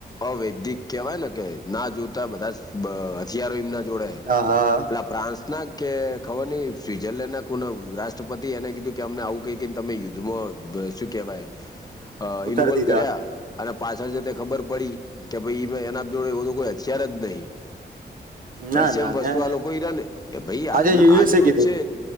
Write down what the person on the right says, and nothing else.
આ હા હા.
ઉતારી
દીધા
ના ના
મેં
આજે
યુએસએ કીધું